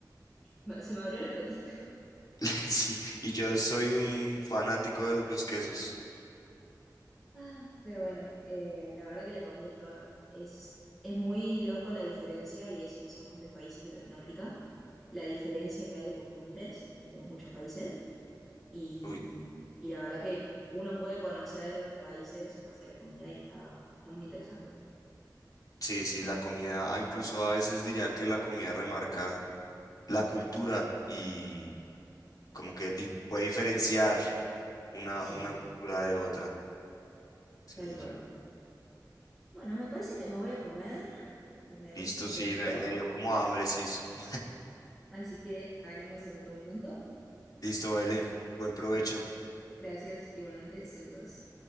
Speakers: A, in the centre; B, on the left.
A: me- se me abrió el apetito.
B: <laughs> Sí, y yo soy un fanático de los quesos.
A: Ah, Pero bueno, eh, la verdad que la comida estaba, es, es muy loco la diferencia y eso que somos de países de Latinoamérica, la diferencia que hay de costumbres entre muchos países. Y,
B: Uy,
A: y la verdad que uno puede conocer países en base a la comida y está, está muy interesante.
B: sí, sí, la comida, ah, incluso a veces diría que la comida remarca la cultura y como que di- puede diferenciar una,
A: Sí,
B: una cultura de otra. Sí,
A: tal cual. Bueno, me parece que me voy a comer porque me abriste
B: listo,
A: el apetito.
B: sí, me, me dio como hambre, sí. <laughs>
A: Así que hablamos en otro momento.
B: Listo, Belén, buen provecho.
A: Sal. Gracias, igualmente, saludos.